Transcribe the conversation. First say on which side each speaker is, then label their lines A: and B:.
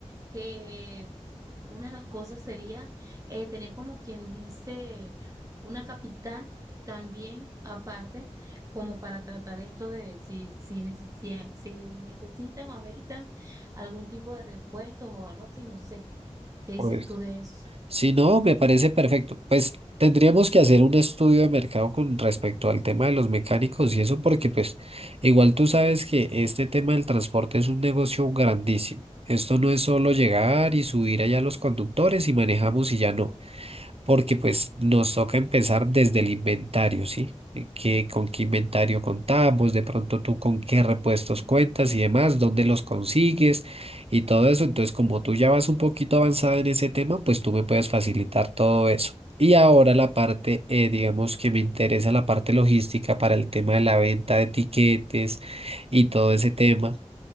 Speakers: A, on the right; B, on the right.
A: que una de las cosas sería eh, tener como quien dice una capital también aparte como para tratar esto de si, si, necesi- si si necesitan o ameritan algún tipo de repuestos o algo así, no sé. ¿Qué dices
B: Pues
A: tú de eso?
B: Si no, me parece perfecto. Pues tendríamos que hacer un estudio de mercado con respecto al tema de los mecánicos y eso porque pues igual tú sabes que este tema del transporte es un negocio grandísimo. Esto no es solo llegar y subir allá los conductores y manejamos y ya no. porque pues nos toca empezar desde el inventario, ¿sí? Eh, ¿Qué, con qué inventario contamos? De pronto tú con qué repuestos cuentas y demás, dónde los consigues y todo eso. Entonces, como tú ya vas un poquito avanzada en ese tema, pues tú me puedes facilitar todo eso. Y ahora la parte, eh, digamos que me interesa la parte logística para el tema de la venta de etiquetes y todo ese tema.